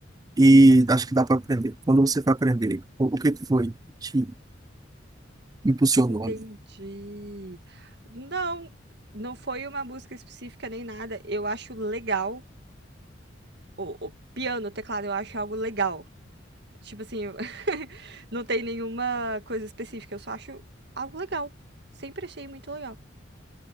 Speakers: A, on the right; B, on the right.
A: e acho que dá para aprender. Quando você foi aprender, o, o que que foi que te impulsionou?
B: Entendi.
A: ali?
B: Não, não foi uma música específica nem nada. Eu acho legal. O, o piano, o teclado, eu acho algo legal. Tipo assim, eu- <laughs> não tem nenhuma coisa específica, eu só acho algo legal. Sempre achei muito legal.